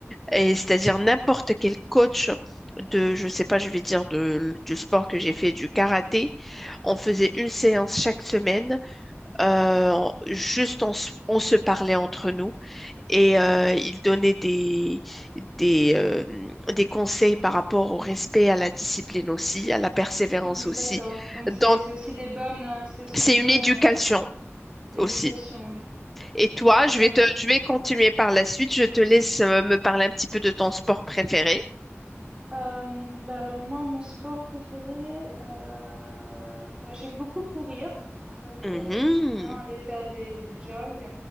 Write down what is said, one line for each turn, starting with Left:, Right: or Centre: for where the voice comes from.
Centre: et c'est-à-dire n'importe quel coach de, je sais pas, je vais dire de, du sport que j'ai fait, du karaté, on faisait une séance chaque semaine, euh, juste on, se- on se parlait entre nous et euh, il donnait des, des, euh, des conseils par rapport au respect, à la discipline aussi, à la persévérance
Right: Hmm,
Centre: aussi.
Right: d'accord. Donc
Centre: Donc,
Right: c'est c'est aussi des bonnes euh, c'est aussi
Centre: c'est
Right: des
Centre: une
Right: bonnes
Centre: éducation
Right: euh, éducations,
Centre: aussi.
Right: oui.
Centre: Et toi,
Right: Hein.
Centre: je vais te, je vais continuer par la suite. Je te laisse euh, me parler un petit peu de ton sport préféré.
Right: Euh, bah alors moi, mon sport préféré, euh, bah, j'aime beaucoup courir. En fait, euh,
Centre: Mhm.
Right: j'aime bien aller faire des, des jogs.